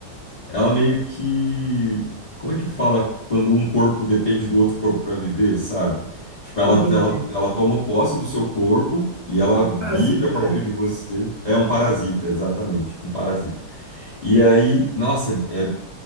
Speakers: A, on the left; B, on the right.
A: ela meio que, como é que fala quando um corpo depende do outro corpo para viver, sabe? Tipo, ela,
B: Entendi.
A: ela, ela toma posse do seu corpo e ela
B: É Como
A: vive
B: Parasita,
A: a partir
B: né?
A: de você. É um parasita, exatamente, tipo um parasita. E aí, nossa, é, é,